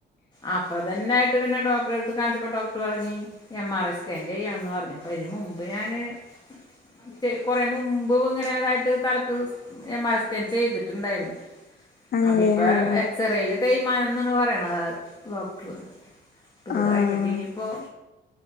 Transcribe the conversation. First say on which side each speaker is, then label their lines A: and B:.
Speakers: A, on the left; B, on the left.
A: അപ്പൊ ഇതന്നെ ആയിട്ട് പിന്നെ ഡോക്ടറെടുത്ത് കാണിച്ചപ്പോ ഡോക്ടർ പറഞ്ഞു എം ആർ ഐ സ്കാൻ ചെയ്യാന്ന് പറഞ്ഞു അപ്പം അതിന് മുമ്പ് ഞാന് <unintelligible> കൊറെ മുമ്പ് ഇങ്ങനെ ഇതായിട്ട് തലക്ക് സ് എം ആർ ഐ സ്കാൻ ചെയ്തിട്ടുണ്ടായിരുന്നു
B: ആണല്ലേ
A: അപ്പൊ ഇപ്പ
B: ആ ആ
A: എക്സ്റേയില് തേയ്മാനംന്നാണ് പറയണത് ഡോക്ടറ് ഇത്
B: ആ
A: കഴിഞ്ഞിട്ട് ഇനിയിപ്പോ